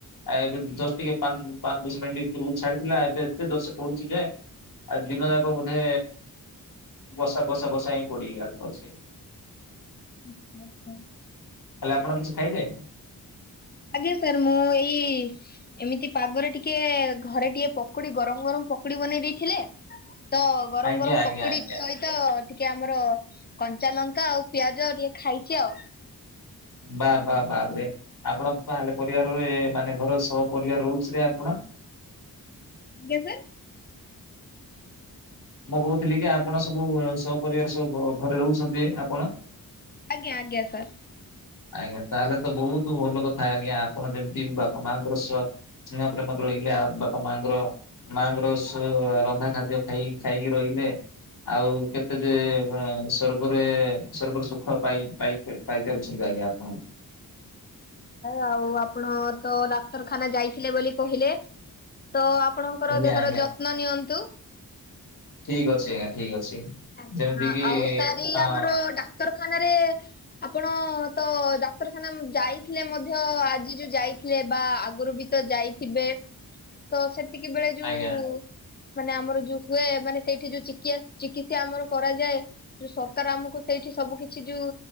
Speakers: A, on the left (about 60°); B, on the left (about 25°).
A: ଆଏ ଦଶଟ ପା ପାଞ୍ଚ ଦଶ ମିନଟ୍ ଭିତରକୁ ଛାଡିଥିଲା, ଏବେ ଏତେ ଦରଷେ ପଡୁଛି ଯେଏ। ଆଜି ଦିନ ଯାକ ବୋଧେ ବସା ବସା ବସା ହିଁ ପଡି ଅଛି।
B: ଆଛା ଆଛା।
A: ତାଲେ ଆପଣ କିଛି ଖାଇବେ?
B: ଆଜ୍ଞା ସାର୍ ମୁଁ ଏଇ ଏମିତି ପାଗରେ ଟିକେ ଘରେ ଟିକେ ପକୋଡି ଗରମ ଗରମ ପକୋଡି ବନେଇ ଦେଇଥିଲେ। ତ ଗରମ
A: ଆଜ୍ଞା
B: ଗରମ
A: ଆଜ୍ଞା
B: ପକୋଡି
A: ଆଜ୍ଞା
B: ସହିତ ଟିକେ ଆମର କଞ୍ଚା ଲଙ୍କା ଆଉ ପିଆଜ ଟିକେ ଖାଇଛି ଆଉ।
A: ବା ବା ବାପରେ ଆପଣ ତାହେଲେ ପରିବାରରେ ମାନେ ଘର ସହ ପରିବାର ରହୁଛି ରେ ଆପଣ?
B: ଆଜ୍ଞା ସାର୍।
A: ମୁଁ କହୁଥିଲି କି ଆପଣ ସବୁ ସପରିବାର ସବୁ ଘରେ ରହୁଛନ୍ତି ଆପଣ?
B: ଆଜ୍ଞା ଆଜ୍ଞା ସାର୍।
A: ଆଜ୍ଞା ତାହେଲେ ତ ବହୁତ ଭଲ କଥା ଆଜ୍ଞା ଆପଣ ଯେମିତି ବାପା ମାଆଙ୍କର ସେବା ସ୍ନେହ ପ୍ରେମରେ ରହିଲେ ଆଉ ବାପା ମାଙ୍କର ମାଆଙ୍କର ସେ ରନ୍ଧା ଖାଦ୍ୟ ଖାଇ ଖାଇକି ରହିଲ ଲେ। ଆଉ କେତେ ଯେ ସର୍ଗରେ ସର୍ଗର ସୁଖ ପାଇ ପାଇ ପାଇତେ ସେଇବାଗିଆ ଆପଣଙ୍କୁ
B: ଆଉ ଆପଣ ତ ଡାକ୍ତରଖାନା ଯାଇଥିଲେ ବୋଲି କହିଲେ। ତ ଆପଣଙ୍କର
A: ଆଜ୍ଞା
B: ଦେହର
A: ଆଜ୍ଞା
B: ଯତ୍ନ ନିଅନ୍ତୁ।
A: ଠିକ ଅଛି ଆଜ୍ଞା ଠିକ ଅଛି।
B: ଆଜ୍ଞା
A: ଯେମିତି
B: ହଁ,
A: କିି
B: ଆଉ ସାର ଇଏ
A: ହଁ
B: ଆମର ଡାକ୍ତର ତାନାରେ ଆପଣ ତ ଡାକ୍ତରଖାନା ଯାଇଥିଲେ ମଧ୍ୟ ଆଜି ଯୋଉ ଯାଇଥିଲେ। ସେ ବା ଆଗରୁ ବି ତ ଯାଇଥିବେ ତ ସେ ତିକ ବେଳେ ଯୋଉ
A: ଆଜ୍ଞା
B: ମାନେ ଆମର ଯୋଉ ହୁଏ ମାନେ ସେଇଠି ଯୋଉ ଚିକେ ଚିକି ସେ ଆମର କରାଯାଏ, ଯୋଉ ସରକାର ଆମକୁ ସେଇଠି ସବୁ କିଛି ଯୋଉ